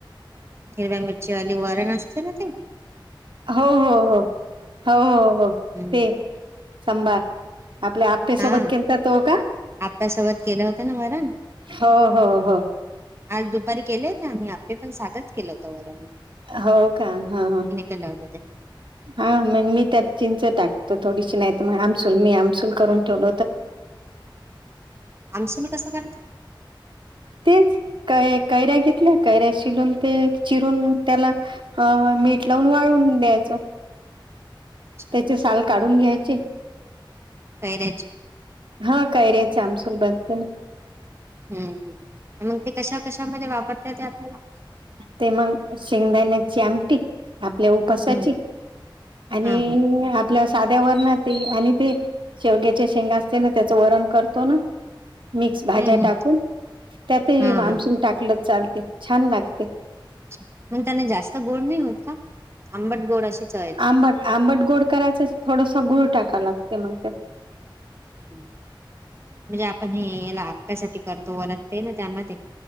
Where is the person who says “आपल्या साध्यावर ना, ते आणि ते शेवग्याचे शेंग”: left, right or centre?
Right